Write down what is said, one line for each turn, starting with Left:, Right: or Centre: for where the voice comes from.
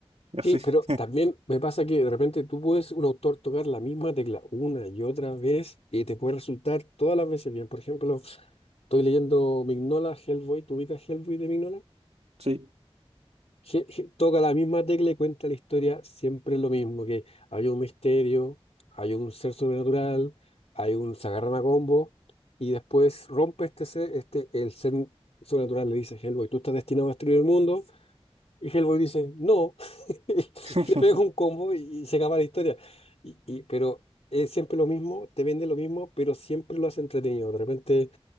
Right: Y así,
Left: Sí, pero
Right: <laughs>
Left: también me pasa que de repente tú puedes, un autor, tocar la misma tecla una y otra vez y te puede resultar todas las veces bien. Por ejemplo, estoy leyendo Mignola, Hellboy, ¿tú ubicas Hellboy de Mignola?
Right: sí.
Left: Je- je- toca la misma tecla y cuenta la historia siempre lo mismo, que hay un misterio, hay un ser sobrenatural, hay un se agarran a combo y después rompe este ser, este, el ser sobrenatural le dice a Hellboy, tú estás destinado a destruir el mundo y Hellboy dice, no, <laughs> y
Right: <laughs>
Left: le pega un combo y, y se acaba la historia. Y, y- pero es siempre lo mismo, te vende lo mismo, pero siempre lo hace entretenido. De repente,